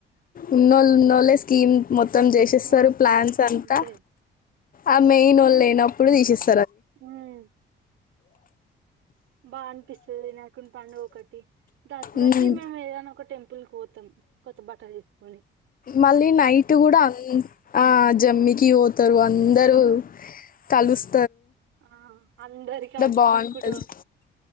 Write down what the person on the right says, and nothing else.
ఆహా
అంతే
హ్మ్ బా అనిపిస్తది నాకుని పండుగ ఒకటి దసరాకి
మేము ఏదన ఒక టెంపుల్ పో త్తం కొత్త బట్టలు వేసుకొని
ఆ
ఆ అందరికి హగ్స్
ఇచ్చుకుట